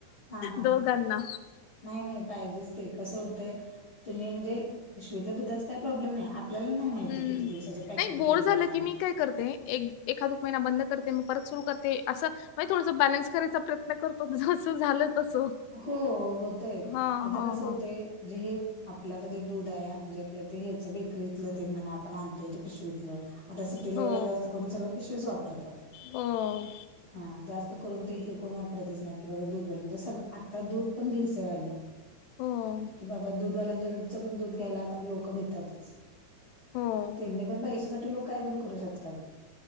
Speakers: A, on the left; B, on the left.
A: हां हां.
B: दोघांना.
A: नाही नाही पाहिजेच ते कसं होतय तुम्ही म्हणजे इशवीतल्या दुधाचा काही प्रॉब्लेम नाही आपल्याला नाही माहिती
B: हं.
A: किती दिवसाचं पॅकिंग
B: नाही बोर
A: केलेलं
B: झालं
A: आहे.
B: की मी काय करते एक एखाद महिना बंद करते मग परत सुरू करते अस. मग थोडस बॅलेन्स करायचा प्रयत्न करतो जसं झालं तसं.
A: हो होतय
B: हां,
A: आता
B: हां,
A: कसं
B: हां.
A: होतंय जे हे आपलं तर ते दूध आहे म्हणजे आपलं ते हेच बेकरीतलं ते म्हणा आपण आणतोय ते पिशवीत ल -आता सिटी लेवलला
B: हो.
A: जास्त सगळ पिशवीच वापरतात.
B: हो.
A: हा जास्त करून ते हे कोण वापरतच नाही की बाबा दूध वालं म्हणजे सग आता दूध पण भेसळ आलंय.
B: हो.
A: कि बाबा दूधवाल्यांच्याकडचं पण दूध घ्यायलाता लोकं भितातच.
B: हो.
A: त्यांनी पण पैश्या साठी लोक काय पण करू शक तात